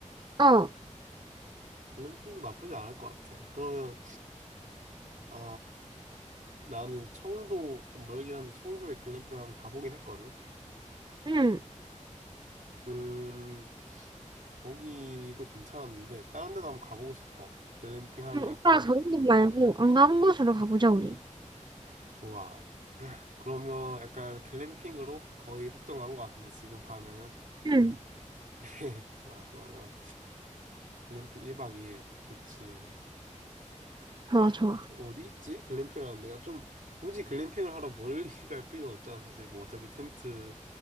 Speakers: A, on the right; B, on the right.
A: 어,
B: 글램핑도 나쁘지 않을 것 같아. 그러면 어 나는 청도 좀 멀긴 한데 청도에 글램핑을 한번 가보긴 했거든.
A: 응.
B: 음, 거기도 괜찮았는데 다른 데도 한번 가보고 싶어. 글램핑 하는
A: 응,
B: 데가
A: 오빠
B: 강원도
A: 저런
B: 같은
A: 곳
B: 거.
A: 말고 안 가본 곳으로 가보자, 우리.
B: 좋아. 그러면 약간 글램핑으로 거의 확정 난것 같은데 지금 반응은?
A: 응,
B: <laughs> 좋아. 그러면 글램핑 1박 2일 좋지.
A: 좋아, 좋아.
B: 어디 있지? 글램핑 하는 데가 좀 굳이 글램핑을 하러 멀리 <laughs> 갈 필요는 없잖아. 사실 뭐 어차피 텐트